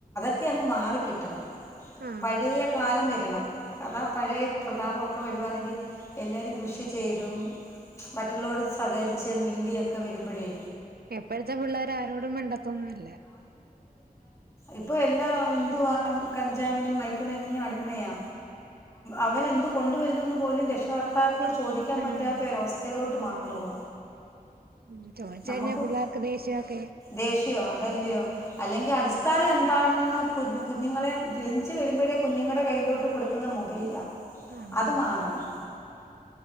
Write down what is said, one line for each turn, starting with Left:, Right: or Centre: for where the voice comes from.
Left: ഒക്കെ അങ്ങ് മാറിക്കിട്ടണം
Right: ആഹ്
Left: പഴയ കാലം വരണം കഥ പഴയ പ്രതാപമൊക്കെ വരുവാണെങ്കിൽ എല്ലാവരും കൃഷി ചെയ്തും മറ്റുള്ളവർ സഹകരിച്ച് മിണ്ടിയൊക്കെ വരുമ്പോഴേ
Right: എപ്പോഴത്തെ പിള്ളേർ ആരോടും വണ്ടത്തൊന്നുംല്ല
Left: ഇപ്പ എല്ലാം എന്തുവാ പഞ്ജാവിനും മയക്കുമരുന്നിനും അടിമയാ അവൻ എന്ത് കൊണ്ടുവരുന്നെന്ന് പോലും രക്ഷകർത്ത മാക്കള് ചോദിക്കാാന്
Right: ആഹ്
Left: പറ്റാത്ത ഒരവസ്ഥയിലോട്ട് മാറുക
Right: ഉ ചോദിച്ച കഴിഞ്ഞ
Left: നമുക്ക്
Right: പിള്ളേർക്ക് ദേഷ്യൊക്കെ
Left: ദേഷ്യമോ അതല്ലയോ അല്ലെങ്കിൽ അടിസ്ഥാനം എന്താണെന്ന് കുഞ്ഞ കുഞ്ഞുങ്ങളെ ജനിിച്ചു വരുമ്പോഴേ കുഞ്ഞുങ്ങളുടെ കയ്യിലോട്ട് കൊടുക്കുന്ന മൊബൈലാണ്
Right: ആഹ്
Left: അത് മാറണം